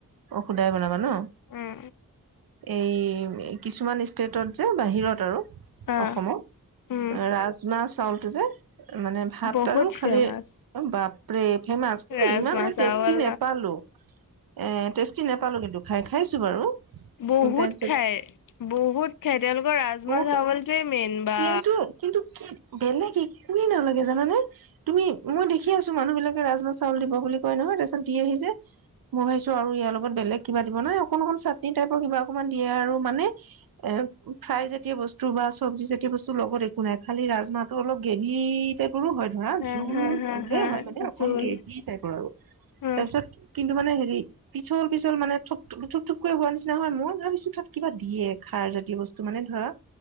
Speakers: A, on the right; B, on the left.
A: অ খুধাই বনাবা ন?
B: উম
A: এই কিছুমান ষ্টেটত যে বাহিৰত আৰু।
B: অ
A: অসমৰ
B: উম
A: ৰাজমা চাউলটো যে মানে ভাত
B: বহুত
A: তাৰো খালি
B: ফেমাচ
A: বাপৰে ফেমাচ কিন্তু
B: ৰাজমা
A: ইমান মই
B: চাৱল
A: টেষ্টি নোপালো। এ টেষ্টি নাপালো কিন্তু খায়, খাইছো বাৰু।
B: বহুত
A: তাৰপিছত
B: খায়, বহুত খায় তেওঁলোকৰ ৰাজমাহ
A: বহুত
B: চবলটোয়ে মেইন। বা
A: কিন্তু কিন্তু কি বেলেগ একোৱে নালাগে জাননে তুমি মই দেখি আছো মানুহ বিলাকে ৰাজমা চাউল দিব বুলি বুলি কয় নহয় তাৰপিছত দিয়েহি যে। মই ভাবিছো আৰু ইয়াৰ লগত বেলেগ কিবা দিব নাই অকণ অকণ চাটনি টাইপৰ কিবা অকণমান দিয়ে আৰু মানে এ ফ্ৰাই জাতীয় বস্তু বা চব্জি জা সেইবস্তু লগত একো নাই, খালি ৰাজমাহটো অলপ গেভী টাইপ সৰু হয়, ধৰা
B: হা
A: জোল,
B: হা হা
A: জোলেই
B: হা
A: হয়, মানে অকন
B: জোল
A: গ্ৰেভি টাইপৰ আৰু।
B: হা
A: তাৰপিছত কিন্তু মানে হেৰি পিছল - পিছল মানে ঠপ থুপ-থুপ থুপকৈ হোৱা নিচিনা হয় মই ভাবিছো তাত কিবা দিয়ে খাৰ জাতীয় বস্তু। বস্তু মানে ধৰা